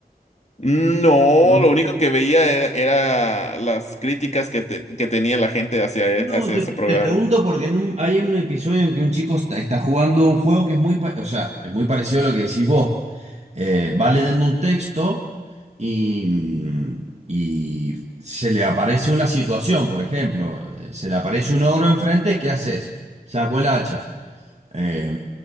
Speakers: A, on the left; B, on the right.
A: No,
B: No.
A: lo único que veía era, era las críticas que, te- que tenía la gente hacia, e-
B: No,
A: hacia
B: te,
A: ese programa.
B: te pregunto porque en un- hay un episodio en que un chico está, está jugando un juego que es muy, pa- o sea, es muy parecido a lo que decís vos. Eh, va leyendo un texto y, mm, y se le aparece una situación, por ejemplo, eh, se le aparece un ogro enfrente, ¿qué haces? Saco el hacha. Eh,